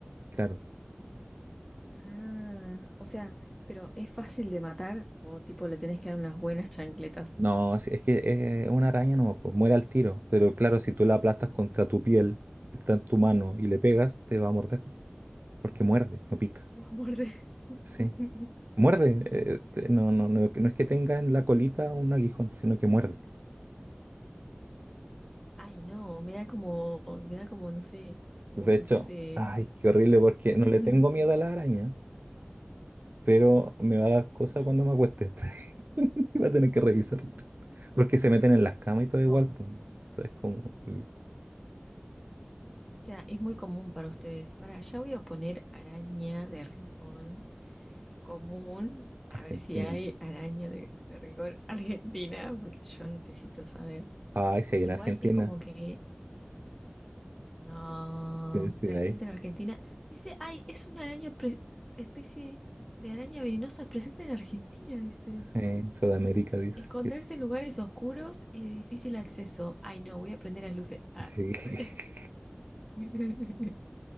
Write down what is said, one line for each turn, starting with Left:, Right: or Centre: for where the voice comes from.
Right: claro.
Centre: Ah, o sea, pero ¿es fácil de matar o tipo le tenés que dar unas buenas chancletas?
Right: No, es es que es una araña no, pues muere al tiro. Pero claro, si tú la aplastas contra tu piel, está en tu mano y le pegas, te va a morder. Porque muerde, no pica.
Centre: Se va a morder.
Right: Sí.
Centre: <laughs>
Right: Muerde. eh, te- no, no, no, no es que tenga en la colita un aguijón, sino que muerde.
Centre: Ay, no, me da como, me da como, no sé, como
Right: De
Centre: si
Right: hecho,
Centre: fuese...
Right: ay, qué horrible, porque
Centre: <laughs>
Right: no le tengo miedo a la araña, pero me va a dar cosa
Centre: Ujú.
Right: cuando me acueste. <laughs> Y Va a tener que revisar. Porque se meten en las camas y todo
Centre: No,
Right: igual,
Centre: o
Right: pues. Entonces, como mm,
Centre: sea, es muy común para ustedes. Para, ya voy a poner araña de rincón común,
Right: Argentina.
Centre: a ver si hay araña de, de rincón <laughs> argentina, porque yo necesito saber.
Right: Ay, sí, hay
Centre: Igual
Right: en Argentina.
Centre: es como que no,
Right: Sí, sí,
Centre: presente
Right: hay.
Centre: en Argentina. Dice, ay, es una araña, pre- especie de araña venenosa presente en Argentina, dice.
Right: Eh, Sudamérica dice.
Centre: Esconderse en lugares oscuros y de difícil acceso. Ay, no, voy a prender las luces. Ah,
Right: <laughs>
Centre: re. <laughs>